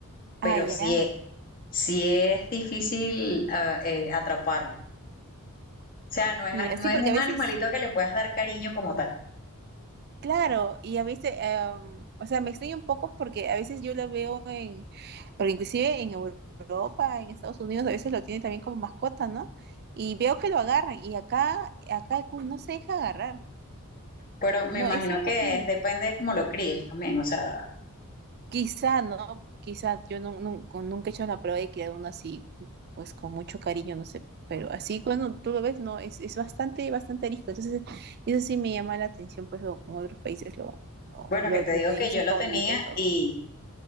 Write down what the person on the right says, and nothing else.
ah, ya.
Mira,
sí,
porque
a veces
Claro, y a veces, em, o sea, me extraña un poco porque a veces yo la veo en, porque inclusive en Europa, en Estados Unidos, a veces lo tienen también como mascota, ¿no? Y veo que lo agarran y acá, acá el cuy no se deja agarrar,
no,
es imposible.
Quizá, ¿no? Quizá yo nu- nu- con- nunca he hecho la prueba de criar uno así, pues con mucho cariño, no sé, pero así cuando tú lo ves, no, es, es bastante, bastante arisco. Entonces, eso sí me llama la atención, pues o- como otros países lo, lo,
lo-
lo
tienen
en
su jaulita,
todo.